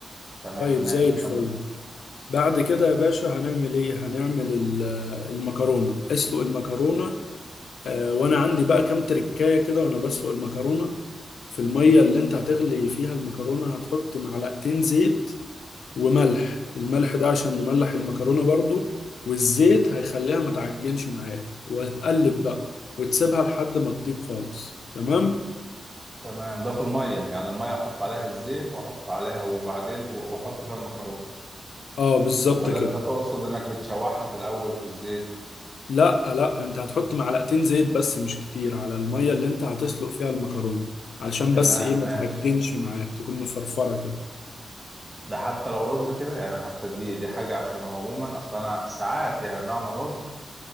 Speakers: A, on the right (about 15°); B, on the left (about 80°).
A: تمام
B: طيب
A: ماشي
B: زي الفل
A: كمل
B: بعد كده يا باشا هنعمل ايه هنعمل ال- المكرونة اسلق المكرونة آه، وانا عندي بقى كام تركاية كده وانا بسلق المكرونة في المية اللي انت هتغلي فيها المكرونة هتحط معلقتين زيت وملح الملح ده عشان نملح المكرونة برضو والزيت هيخليها ما تعجنش معاك وهتقلب بقى وتسيبها لحد ما تطيب خالص تمام
A: تمام ده في المية يعني المية أحط عليها الزيت وأحط عليها وبعدين و- وأحط فيها المكرونة
B: اه بالظبط
A: ولا
B: كده
A: أنت تقصد إنك بتشوحها في الأول في الزيت
B: لا لا انت هتحط معلقتين زيت بس مش كتير على المية اللي انت هتسلق فيها المكرونة علشان
A: تمام
B: بس ايه
A: ماشي
B: ما تعجنش معاك تكون مفرفرة كده
A: ده حتى لو رز كده يعني حتى دي دي حاجة عشان عموما أصلا أنا ساعات يعني بعمل رز